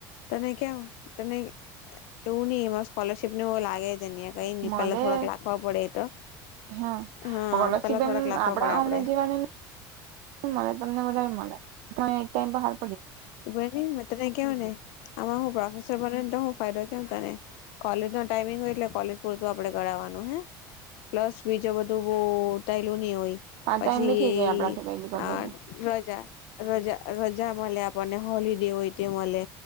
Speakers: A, on the left; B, on the right.
A: તને કેમ તને એવું નહી એમાં સ્કોલરશીપ ને લાગે જન્યા કઈ
B: મલે
A: પેલા થોડક લાખવા પડે એ તો.
B: હા
A: હા
B: સ્કોલરશીપ
A: પેલા થોડાક
B: એમ
A: લાખવા
B: આપડા
A: પડે આપડે
B: અમને જીવાને મળે તમને વધારે મળે પણ એકટાઈમ હા
A: તને મૈં ત કેવને, આન હું પ્રફેસર બને તો હ ફાયદો કેવ તને, કોલેજ નો ટાઈમિંગ હોય એટલે કોલેજ પૂરતું આપણે ગાવવાનું. પ્લસ બીજું બધું બો તાયલુ નહી હોય.
B: પાંચ
A: પછી
B: ટાઈમ બી થઈ જાય આપડાથી
A: એ
B: કઈ બી કરવું
A: આ
B: એટલે
A: રજા. રજા રજા મળે આપણને હોલડે હોય તે મળે,